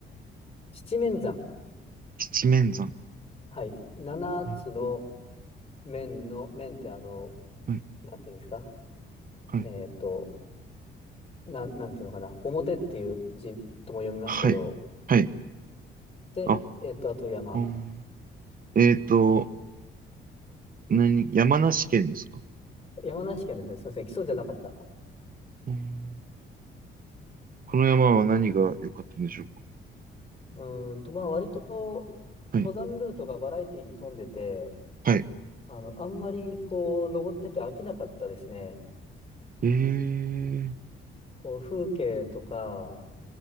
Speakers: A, on the left; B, on the right.
A: 七面山。
B: 七面山。
A: はい。七つの
B: うん
A: 面の、面ってあの、
B: はい。
A: なんていうんですか
B: はい。
A: えっと、なん、なんていうのかな。表っていう字とも読みますけど、
B: はい。はい。はい
A: で、
B: あ、
A: えっと、あと山。
B: うん。えっと、何、山梨県ですか
A: 山梨県ですね。すみません。木曽じゃなかった。
B: うんこの山は何が良かったんでしょうか
A: うーんと、まあ、割と、
B: はい。
A: 登山ルートがバラエティに富んでて、
B: はい。
A: あの、あんまり、こう、登ってて飽きなかったですね。
B: えー。
A: こう風景とか、